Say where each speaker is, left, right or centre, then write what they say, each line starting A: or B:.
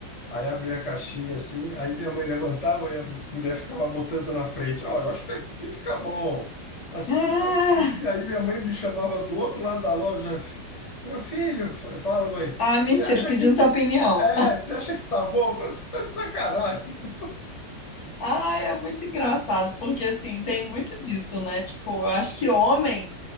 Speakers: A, on the left; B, on the left.
A: Aí abria a caixinha assim, aí minha mãe levantava e a mulher ficava botando na frente. Ó, eu acho que assim fica bom. Assim
B: Ah,
A: fica. E aí minha mãe me chamava do outro lado da loja. "Fi- Meu filho, fa- fala, mãe,
B: ah, mentira,
A: você acha
B: pedindo
A: que.
B: sua opinião.
A: É, você acha que tá bom? Eu falei, você tá de sacanagem. <laughs>
B: Ai, é muito engraçado, porque assim, tem muito disso, né? Tipo, eu acho que homem